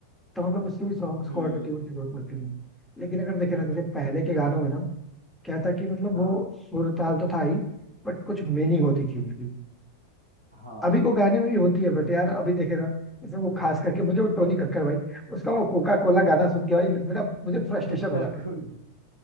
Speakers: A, in the centre; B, on the right.
A: तो मतलब उसके भी सॉन्ग्स
B: हम्म
A: को ऑटो ट्यून की जरूरत लगती नहीं लेकिन अगर देखे ना जैसे पहले के गानों में ना क्या था कि मतलब
B: हाँ
A: वो सुर ताल तो था ही बट कुछ मीनिंग होती थी उनकी
B: हाँ
A: अभी को गाने में भी होती है बट यार अभी देखे ना जैसे वो खास करके मुझे वो टोनी कक्कर भाई उसका वो कोका कोला
B: <laughs>
A: गाना सुन के भाई मेरा मुझे फ्रस्ट्रेशन
B: कोका
A: हो जाती है
B: कोला